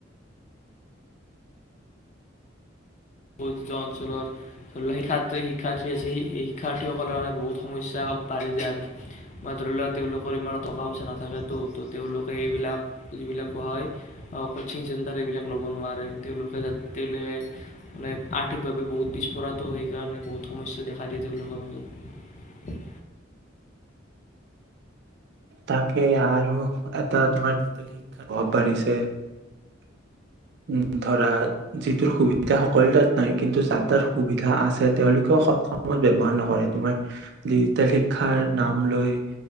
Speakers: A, on the left; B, on the right.
A: বহ অঞ্চলৰ ধৰি লোৱাক শিক্ষাৰ শিক্ষাৰ্থী আছে শিক্ষাৰ্থীসকলৰ কাৰণে বহুত সমস্যা বাঢ়ি যায় আৰু মই ধৰি লওোৱা তেওঁলোকৰ ইমানৰ টকা পইচা নাথাকেতো ত তেওঁলোকে এইবিলাক যিবিলাক পোৱা হয় আহ অকল কচিং চেণ্টাৰ এইবিলাক ল'ব নোৱাৰে তেওঁলোকে যাতে তেওঁলোকে মানে আৰ্থিকভাৱে বহুত পিছপৰাতো সেইকাৰণে বহুত সমস্যা দেখা দিয়ে তেওঁলোকৰ মাজত
B: তাকে আৰু এটা তোমাৰ ডিজিটেল শিক্ষাৰ প্ৰভাৱ বাঢ়িছে উম ধৰা যিটোৰ সুবিধা সকলো তাত নাই কিন্তু যাৰ তাৰ সুবিধা আছে তেওঁলোকেও সয়ত ব্যৱহাৰ নকৰে তোমাৰ ডিজিটেল শিক্ষাৰ নাম লৈ